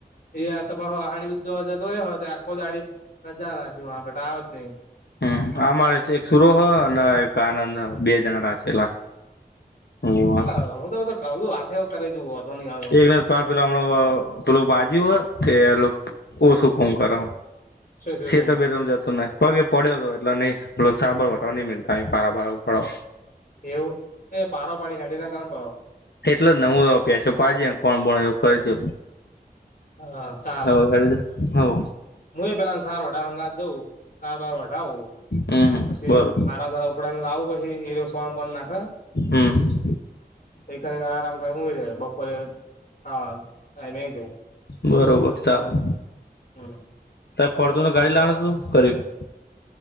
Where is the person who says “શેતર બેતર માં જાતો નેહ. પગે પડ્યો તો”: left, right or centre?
Left